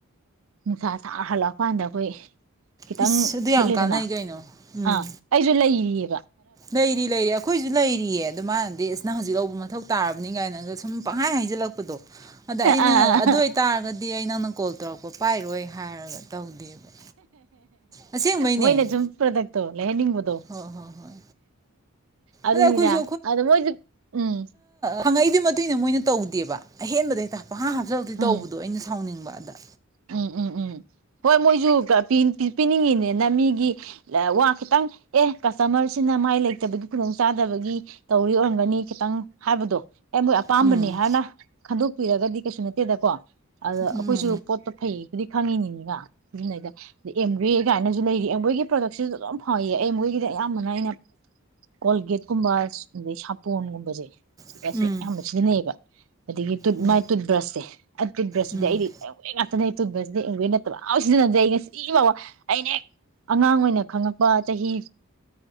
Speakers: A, on the right; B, on the right.
A: ꯅꯨꯡꯁꯥ ꯁꯥ ꯍꯜꯂꯛ ꯀꯥꯟꯗ ꯍꫭꯏ ꯈꯤꯇꯪ
B: ꯏꯁ ꯑꯗꯨ ꯌꯥꯝ
A: ꯊꯤꯠꯂꯤꯗꯅ
B: ꯀꯥꯟꯅꯩ ꯀꯩꯅꯣ ꯎꯝ
A: ꯑꯥ ꯑꯩꯁꯨ ꯂꯩꯔꯤꯌꯦ
B: ꯂꯩꯔꯤ ꯂꯩꯔꯤ ꯑꯈꯣꯏꯁꯨ ꯂꯩꯔꯤꯌꯦ ꯑꯗꯨ ꯃꯥꯥꯟꯅꯗꯤ ꯑꯁ ꯅꯪ ꯍꯧꯖꯤꯛ ꯂꯧꯕ ꯃꯊꯧ ꯇꯥꯔꯕꯅꯤ ꯀꯥꯏꯅ ꯁꯨꯝ ꯄꯍꯥꯏ ꯍꯥꯏꯖꯜꯂꯛ ꯗꯣ ꯑꯗ ꯑꯩꯅ
A: ꯑꯥ
B: ꯑꯗꯨ ꯑꯣꯏꯇꯥꯔꯒꯗꯤ ꯑꯩꯅ ꯀꯣꯜ ꯇꯧꯔꯛꯄ ꯄꯥꯏꯔꯣꯏ ꯍꯥꯏꯔꯒ ꯇꯧꯗꯦꯕ ꯑꯁꯦꯡꯕꯩꯅꯦ
A: ꯃꯣꯏꯅ ꯁꯨꯝ ꯄ꯭ꯔꯗꯛꯇꯣ ꯂꯩꯍꯟꯅꯤꯡꯕꯗꯣ
B: ꯍꯣꯏ ꯍꯣꯏ ꯍꯣꯏ
A: ꯑꯗꯨꯅꯤꯗ
B: ꯑꯗ ꯑꯩꯈꯣꯏꯁꯨ
A: ꯑꯗꯨ ꯃꯣꯏ ꯎꯝ
B: ꯍꯪꯉꯛꯏꯗꯨ ꯃꯇꯨꯡ ꯏꯟꯅ ꯃꯣꯏꯅ ꯇꯧꯗꯦꯕ ꯑꯍꯦꯟꯕꯗ ꯍꯦꯛꯇ ꯄꯪꯍꯥ ꯍꯥꯞꯆꯜꯂꯛꯇꯣꯏ
A: ꯎꯝ
B: ꯇꯧꯕꯗꯣ ꯑꯩꯅ ꯁꯥꯎꯅꯤꯡꯕ ꯑꯗ
A: ꯎꯝ ꯎꯝ ꯎꯝ ꯍꯣꯏ ꯃꯣꯏꯁꯨ ꯄꯤꯅꯤꯡꯉꯤꯅꯦꯅ ꯃꯤꯒꯤ ꯋꯥ ꯈꯤꯇꯪ ꯑꯦ ꯀꯁꯇꯃꯔꯁꯤꯅ ꯃꯥꯏ ꯂꯩꯇꯕꯒꯤ ꯈꯨꯗꯣꯡꯆꯥꯥꯗꯕꯒꯤ ꯇꯧꯔꯤ ꯑꯣꯏꯔꯝꯒꯅꯤ ꯈꯤꯇꯪ ꯍꯥꯏꯕꯗꯣ ꯑꯩ ꯃꯣꯏ ꯑꯄꯥꯝꯕꯅꯤ
B: ꯎꯝ
A: ꯍꯥꯏꯅ ꯈꯟꯗꯣꯛ ꯄꯤꯔꯒꯗꯤ ꯀꯩꯁꯨ ꯅꯠꯇꯦꯗꯀꯣ ꯑꯗ
B: ꯎꯝ
A: ꯑꯈꯣꯏꯁꯨ ꯄꯣꯠꯇꯣ ꯐꯩꯌꯦꯕꯨꯗꯤ ꯈꯪꯉꯤꯅꯤꯗꯅ ꯎꯗꯦꯝꯒ ꯍꯥꯏꯅ ꯑꯗꯨ ꯂꯩꯔꯤ ꯑꯦꯝꯋꯦꯒꯤ ꯄ꯭ꯔꯗꯛꯁꯤꯁꯨ ꯑꯗꯨ ꯐꯩꯌꯦ ꯑꯦꯝꯋꯦꯒꯤꯗꯤ ꯑꯌꯥꯝꯕꯅ ꯑꯩꯅ ꯀꯣꯜꯒꯦꯠꯀꯨꯝꯕ ꯑꯗꯩ ꯁꯥꯄꯣꯟꯒꯨꯝꯕꯁꯦ
B: ꯎꯝ
A: ꯁꯦ ꯑꯌꯥꯝꯕ ꯁꯤꯖꯤꯟꯅꯩꯌꯦꯕ <unintelligible> ꯑꯗꯒꯤ ꯇꯨꯠ
B: ꯎꯝ
A: ꯃꯥꯏ ꯇꯨꯠ ꯕ꯭ꯔꯁꯁꯦ ꯑꯀꯤꯝ ꯕ꯭ꯔꯖꯁꯤꯗꯤ
B: ꯎꯝ
A: ꯑꯩꯗꯤ ꯇꯨꯠ ꯕ꯭ꯔꯖꯁꯤꯗ ꯑꯦꯝꯋꯦ ꯅꯠꯇꯕ ꯁꯤꯖꯤꯟꯅꯗꯦ ꯑꯩ ꯉꯁꯤ ꯐꯥꯎꯕ ꯑꯩꯅ ꯍꯦꯛ ꯑꯉꯥꯡ ꯑꯣꯏꯅ ꯈꯪꯉꯛꯄ ꯆꯍꯤ